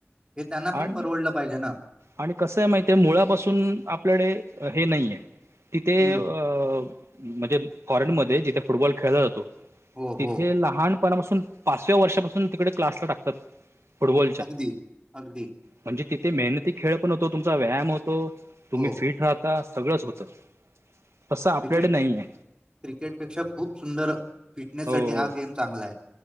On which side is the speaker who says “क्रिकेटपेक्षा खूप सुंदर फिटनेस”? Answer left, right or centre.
Right